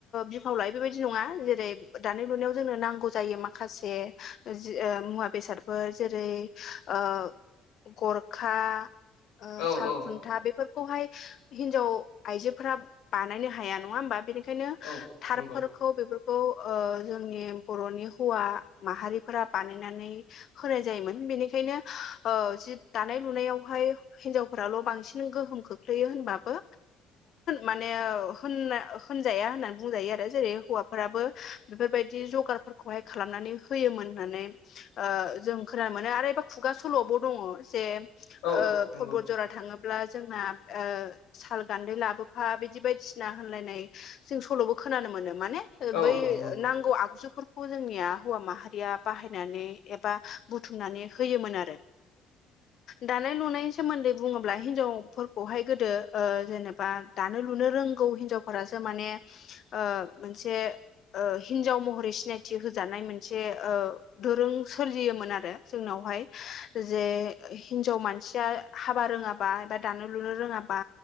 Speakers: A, on the left; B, on the left.
A: बिफाव लायो बे बायदि नङा जेरै- दानाय-लुनायाव जोंनो नांगौ जायो मा माखासे जि ओ मुवा बेसादफोर जेरै- ओ गरखा, ओ
B: औ
A: साल
B: औ
A: खुन्था बेफोरखौहाय हिन्जाव आइजोफोरा बानायनो हाया नङा होमबा। बेनिखायनो
B: औ
A: थारफोर
B: नंगौ
A: खौ बेफोरखौ ओ जोंनि बर'नि हौवा माहारिफोरा बानायनानै होनाय जायोमोन। बेनिखायनो ओ जि दानाय लुनायावहाय हिनजावफोराल' बांसिन गोहोम खोख्लैयो होनबाबो माने होन-होनजाया होननानै बुंजायो आरो। जेरै- हौवाफोराबो बेफोरबायदि जगार खौहाय खालामनानै होयोमोन होननानै ओ जों खोनानो मोनो आरो एबा खुगा सल'बो दङ जे
B: औ
A: ओ
B: नंगौ
A: परबटजरा थाङोब्ला जोंना ओ साल गान्दै लाबो बिदि बायदिसिना होनलायनाय जों सल'बो खोनानो मोनो। माने ओ
B: औ
A: बै
B: नंगौ
A: नांगौ आगजुफोरखौ खौ जोंनिया हौवा माहारिया बाहायनानै एबा बुथुमनानै होयोमोन आरो। दानाय-लुनायनि सोमोन्दै बुङोब्ला हिनजावफोरखौहाय गोदो ओ जेनेबा दानो लुनो रोंगौ हिन्जावफोरासो माने ओ मोनसे ओ हिन्जाव महरै सिनायथि होजानाय मोनसे ओ दोरों सोलियोमोन आरो जोंनावहाय जे हिन्जाव मानसिया हाबा रोङाबा एबा दानो लुनो रोङाबा